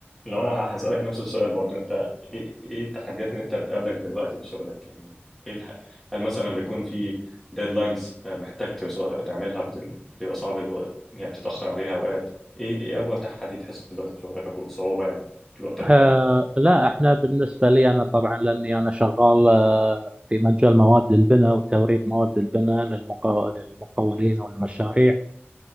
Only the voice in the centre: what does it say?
لو أنا ه- هسألك نفس السؤال برضو أنت إيه إيه التحديات اللي أنت بتقابلك دلوقتي في شغلك يعني إيه الح... هل مثلا بيكون في ديدلاينز محتاج توصل تعملها بت- بيبقى صعب الو... يعني بتتأخر عليها أوقات إيه إيه أكبر تحدي تحس دلوقتي في شغلك أو صعوبة يعني في الوقت
الحالي؟